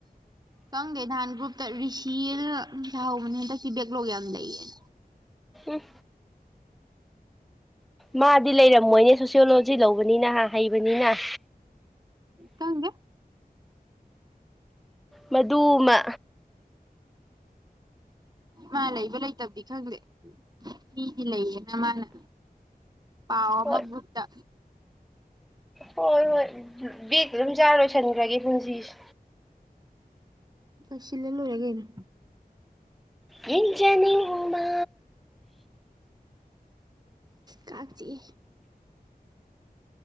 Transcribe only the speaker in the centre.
ꯎꯝ ꯃꯥꯗꯤ ꯂꯩꯔꯝꯃꯣꯏꯅꯦ ꯁꯣꯁꯤꯌꯣꯂꯣꯖꯤ ꯂꯧꯕꯅꯤꯅꯍ ꯍꯩ ꯅꯤꯅ
ꯃꯗꯨꯃ
ꯍꯣꯏ
ꯍꯣꯏ ꯍꯣꯏ ꯕꯦꯒ ꯑꯗꯨꯝ ꯆꯥꯔꯣꯏꯁꯤꯟꯈ꯭ꯔꯒꯦ ꯄꯨꯟꯁꯤꯁꯦ
ꯌꯦꯟꯖꯅꯤ ꯎ ꯃꯥ꯭